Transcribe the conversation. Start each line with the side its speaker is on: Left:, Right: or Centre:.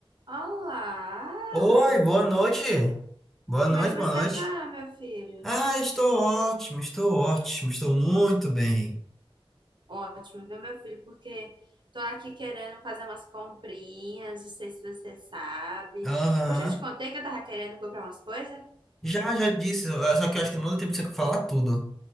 Right: Olá!
Centre: Oi, boa noite. Boa
Right: Como
Centre: noite,
Right: é que você
Centre: boa noite.
Right: tá, meu filho?
Centre: Ah, estou ótimo, estou ótimo, estou muito bem.
Right: Ótimo, viu, meu filho? Porque tô aqui querendo fazer umas comprinhas, não sei se você sabe.
Centre: Aham.
Right: Eu já te contei que eu tava querendo comprar umas coisas?
Centre: Já, já disse, eh, só que eu acho que não deu tempo de você falar tudo.